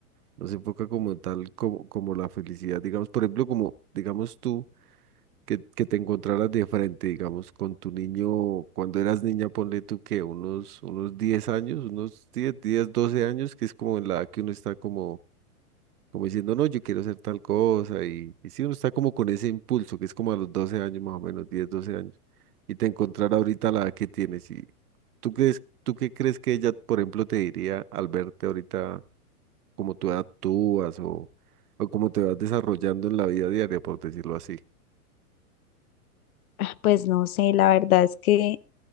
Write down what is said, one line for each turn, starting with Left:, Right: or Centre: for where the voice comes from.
Right: no se enfoca como en tal, como, como la felicidad, digamos, por ejemplo, como, digamos tú. que, que te encontraras de frente, digamos, con tu niño, cuando eras niña, ponle tú que unos, unos 10 años, unos 10 10, 12 años, que es como en la edad que uno está como, como diciendo, no, yo quiero hacer tal cosa, y, y si uno está como con ese impulso, que es como a los 12 años más o menos, 10 12 años, y te encontrar ahorita la edad que tienes, y tú crees, tú qué crees que ella, por ejemplo, te diría al verte ahorita, cómo tú actúas o, o cómo te vas desarrollando en la vida diaria, por decirlo así.
Left: Ah, Pues no sé, la verdad es que